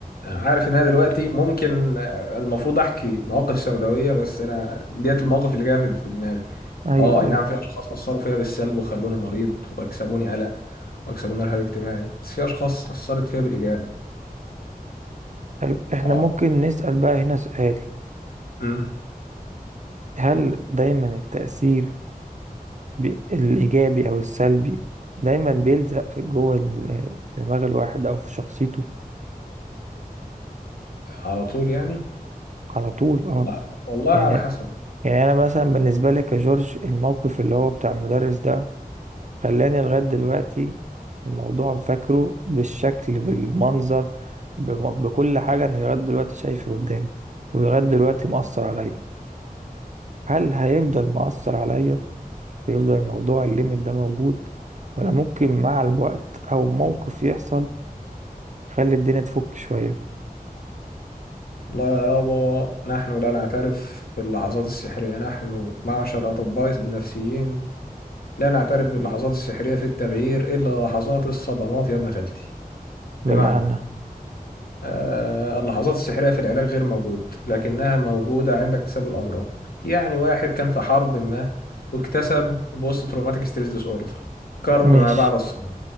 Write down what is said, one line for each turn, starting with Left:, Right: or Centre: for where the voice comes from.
Left: أنا عارف ان انا دلوقتي ممكن آه، المفروض احكي مواقف سوداويه بس انا ديت المواقف اللي جايه في في دماغي
Right: ايوه
Left: اه اي نعم
Right: ايوه
Left: في اشخاص اثروا فيا بالسلب وخلوني مريض واكسبوني قلق واكسبوني رهاب اجتماعي بس في اشخاص اثرت فيا بالايجاب
Right: طيب احنا
Left: اه
Right: ممكن نسال بقى هنا سؤال
Left: أمم.
Right: هل دايما التاثير بي- الإيجابي أو السلبي دايما بيلزق في جوه ال- دماغ الواحد أو في شخصيته
Left: على طول يعني
Right: على طول اه
Left: لا والله على
Right: يعني
Left: حسب
Right: يعني أنا مثلا بالنسبة لي كجورج الموقف اللي هو بتاع المدرس ده خلاني لغاية دلوقتي الموضوع فاكره بالشكل بالمنظر بم- بكل حاجة أنا لغاية دلوقتي شايفه قدامي ولغاية دلوقتي مؤثر عليا هل هيفضل مؤثر عليا هيفضل الموضوع الليميت ده موجود ولا ممكن مع الوقت أو موقف يحصل خلي الدنيا تفك شوية
Left: لا يابا نحن لا نعترف باللحظات السحرية نحن معشر أطباء النفسيين لا نعترف باللحظات السحرية في التغيير إلا لحظات الصدمات يا ابن خالتي
Right: بمعنى
Left: بمعنى آه اللحظات السحرية في العلاج غير موجود لكنها موجودة عند اكتساب الأمراض يعني واحد كان في حرب ما واكتسب بوست تروماتيك ستريس ديس أوردر كرب
Right: ماشي
Left: ما بعد الصدمة